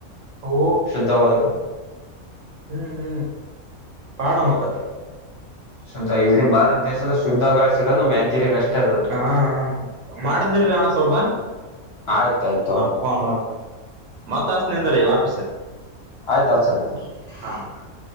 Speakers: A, on the right; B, on the left.
A: ಓ
B: ಶುದ್ಧ ಹದಾಗ
A: ಹ್ಮ್ ಹ್ಮ್ ಪಾಡ ಮೊತ್ತ
B: ಶುದ್ಧ ಇಡೀ ಭಾರತ ದೇಶದ ಶುದ್ಧಗಳು ಸಿಗ ನ ಮ್ಗಿರಿಯಾಗ ಅಷ್ಟೇ ಅದದ್ರಿ
A: ಹಾ ಮಾಡದ್ನಿರೀ ಹಾಣ ಸೊಬಾ
B: ಆಯ್ತಾಯ್ತು ತೋರಿ
A: ಹಾ ಫನ್ ಮಾಡ ಮತ್ತಾಸ ಅಂದ
B: ಆಯ್ತು ಆ <unintelligible>
A: ಹಾ